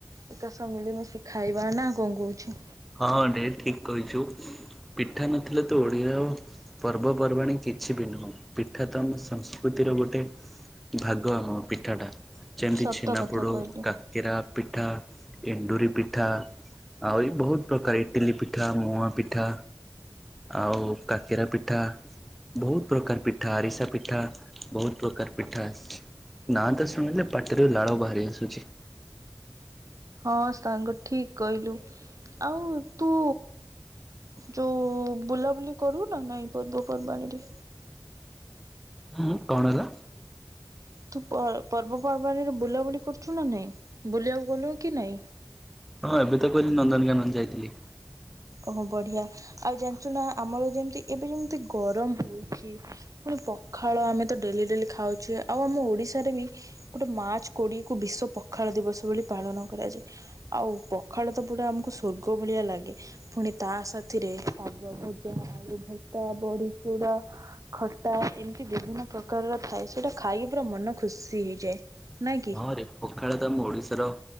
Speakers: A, on the right; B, in the centre.
A: ଏକା ସହ ମିଳିମିଶି ଖାଇବା ନା କ'ଣ କହୁଛୁ?
B: ହଁଣ୍ଡେ ଠିକ କହିଛୁ ପିଠା ନଥିଲା ତୁ ଓଡିଆ ଆ ପର୍ବପର୍ବାଣି କିଛି ବି ନୁହେଁ ପିଠ ତମ ସଂସ୍କୃତିର ଗୋଟେ ଭାଗ ଆମ ପିଠା ଟା ଯେମିତି
A: ସତ
B: ଛେନା
A: କଥା
B: ପୋଡା
A: କହିଲୁ।
B: କାକରା ପିଠା ଏଣ୍ଡୁରି ପିଠା ଆଉରି ବହୁତ ପ୍ରକାର ଇଟିଲି ପିଠା ମୁଆ ପିଠା ଆଉ କାକେରା ପିଠା। ବହୁତ ପ୍ରକାର ପିଠା ଆରିସା ପିଠା ବହୁତ ପ୍ରକାର ପିଠା। ନା ତ ଶୁଣିଲେ ପାଟିରୁ ଲାଳ ବାହାରି ଆସୁଛି।
A: ହଁ ସାଙ୍ଗ ଠିକ କହିଲୁ ଆଉ ତୁ ଯୋଉଁ ବୁଲାବୁଲି କରୁ ନା ନାଇଁ ପର୍ବପର୍ବାଣିରେ
B: ହୁଁ କ'ଣ ହେଲା?
A: ତୁ ପର୍ବପର୍ବାଣିରେ ବୁଲାବୁଲି କରୁଛୁ ନା ନାଇଁ ବୁଲିବାକୁ ଗଲୁ କି ନାଇଁ?
B: ହଁ ଏବେ ତ କହିଲି ନନ୍ଦନକାନନ ଯାଇଥିଲି।
A: ଓହୋ ବଢିଆ ଆଉ ଜାଣିଛୁ ନା ଆମର ଯେମିତି ଏବେ ଯେମିତି ଗରମ ହଉଚି ପୁଣି ପଖାଳ ଆମେ ତ ଡେଲି ଡେଲି ଖାଉଛେ ଆଉ ଆମ ଓଡିଶାରେ ବି ଗୋଟେ ମାର୍ଚ୍ଚ କୋଡିଏ କୁ ବିଶ୍ଵ ପଖାଳ ଦିବସ ବୋଲି ପାଳନ କରାଯାଏ। ଆଉ ପଖାଳ ତ ପୁରା ଆମକୁ ସ୍ୱର୍ଗ ଭଳିଆ ଲାଗେ। ପୁଣି ତା ସାଥିରେ ଶାଗଭଜା ଆଳୁଭର୍ତା ବଢିଚୁରା ଖଟା ଏମିତି ବିଭିନ୍ନ ପ୍ରକାରର ଥାଏ ସେଇଟା ଖାଇକି ପୁରା ମନ ଖୁସି ହେଇଯାଏ। ନାଇଁ କି
B: ହଁରେ ପଖାଳ ତ ଆମ ଓଡିଶାର